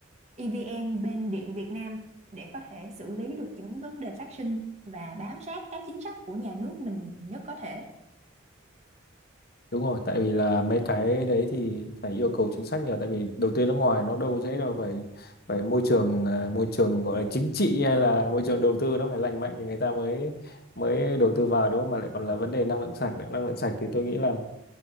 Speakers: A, on the right (about 35°); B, on the left (about 50°).
A: EVN bên Điện Việt Nam để có thể xử lý được những vấn đề phát sinh và bám sát các chính sách của nhà nước mình nhất có thể.
B: Đúng rồi, tại vì là mấy cái đấy thì phải yêu cầu chính sách nhờ, tại vì đầu tư nước ngoài nó đâu dễ đâu, phải phải môi trường ờ, môi trường gọi là chính trị hay là môi trường đầu tư nó phải lành mạnh thì người ta mới mới đầu tư vào đúng không? Mà lại còn là vấn đề năng lượng sạch nữa, năng lượng sạch thì tôi nghĩ là